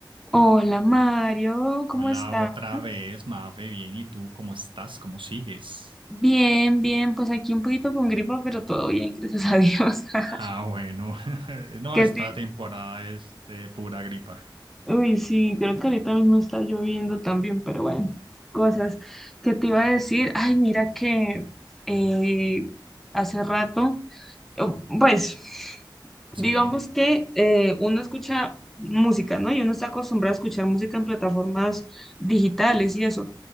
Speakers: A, in the centre; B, on the right (about 80°).
A: Hola Mario, ¿cómo
B: Hola
A: estás?
B: otra vez, Mafe, bien, ¿y tú cómo estás? ¿Cómo sigues?
A: Bien, bien, pues aquí un poquito con gripa, pero todo bien, <laughs> gracias a Dios. <laughs>
B: Ah, bueno, <laughs> no,
A: ¿Qué
B: esta
A: te...
B: temporada es de pura gripa.
A: Uy, sí, creo que ahorita mismo está lloviendo también, pero bueno, cosas que te iba a decir. Ay, mira que eh, hace rato o- Pues,
B: Sí,
A: digamos que eh, uno escucha música, ¿no? Y uno está acostumbrado a escuchar música en plataformas digitales y eso,